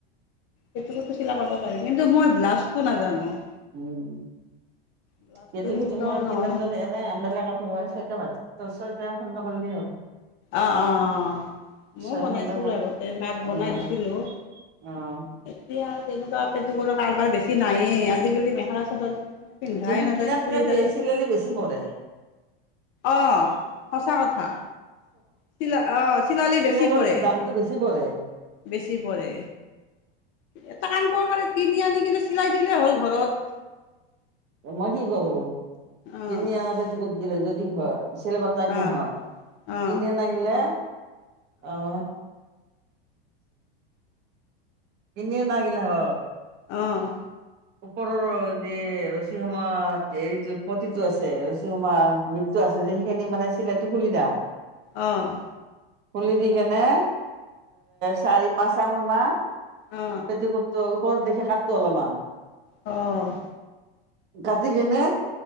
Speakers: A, on the left; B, on the right.
A: পেটিকোট চিলাই কৰিব পাৰিম, কিন্তু মই ব্লাউজটো নাজানো।
B: উম',
A: ব্লাউজটো
B: পেটিকোট
A: শিকাও
B: মই
A: নহ'ল
B: তোমাৰ দৰে মানে অম্বেলা কাপোৰ হয় চয়তা বাজি চয়তা খণ্ড কৰিলেই হ'ল।
A: অ', অ', অ', ময়ও
B: ছয়
A: বনাইছিলোঁ
B: খণ্ড কৰি
A: আগতে মাক বনাই
B: অ',
A: দিছিলোঁ।
B: অ',।
A: এতিয়া আৰু তেনেকুৱা পেটিকোটৰ কাৰোবাৰ বেছি নাই, আজিকালি মেখেলা-চাদৰ পিন্ধাই
B: কিন্তু
A: নাযায়
B: কিনাতকে
A: চুৰিদাৰে
B: চিলালি বেছি পৰে।
A: অ', সঁচা কথা। চিলা অ চিলালে
B: চিলাই
A: বেছি
B: কৰিলে
A: পৰে
B: দামটো বেছি পৰে।
A: বেছি পৰে। এটা কাম কৰিব পাৰি, কিনি আনি কিনে চিলাই দিলেই হ'ল ঘৰত।
B: মই কি কৰো,
A: অ
B: কিনি আনা পেটিকোট গিলা যদি দীঘল হয়, চলাব টাইম
A: অ
B: নহয়
A: অ
B: কিনি আনা গিলা অ', কিনি আনা গিলা হ'
A: অ',।
B: উপৰৰ যে ৰচি সমা হেৰিটো পতিটো আছে ৰছী খোপা, বিত্তটো আছে যে সেইখিনি মানে চিলাইটো খুলি দিওঁ।
A: অ',।
B: খুলি দি কেনে চাৰি পাঁচ আঙুল মান
A: অ অ
B: পেটিকোটটো ওপৰত দেখি কাটো অলপমান।
A: অ',।
B: কাটি কিনে,